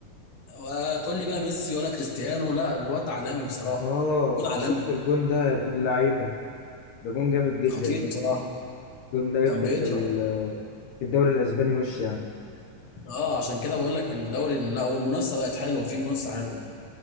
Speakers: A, on the left; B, on the left.
A: وتقول لي بقى ميسي ولا كريستيانو لا الواد عالمي بصراحه
B: اه
A: جون عالمي
B: شفت الجون ده يا ابن اللعيبه ده جون جامد جدا
A: خطير بصراحه
B: الجون ده يدخل
A: كان بيضرب
B: في ال- في الدوري الاسباني وش
A: اه عشان كده بقول لك الدوري لا والمنافسه بقت حلوه في منافسه حلوه